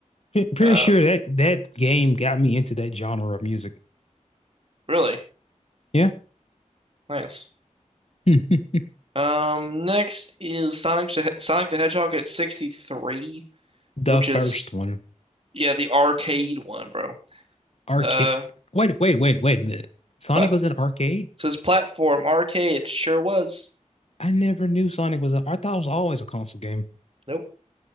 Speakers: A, on the left; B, on the right.
A: pre- pretty
B: Um
A: sure that that game got me into that genre of music.
B: really
A: Yeah,
B: nice.
A: Hmm.
B: Um next is Sonic the- Sonic the Hedgehog at 63,
A: The
B: which
A: first
B: is
A: one,
B: yeah, the arcade one, bro.
A: arcade.
B: Uh
A: Wait, wait, wait, wait a minute. Sonic
B: pla
A: was an arcade?
B: says platform arcade, sure was.
A: I never knew Sonic was an. I thought it was always a console game.
B: Nope.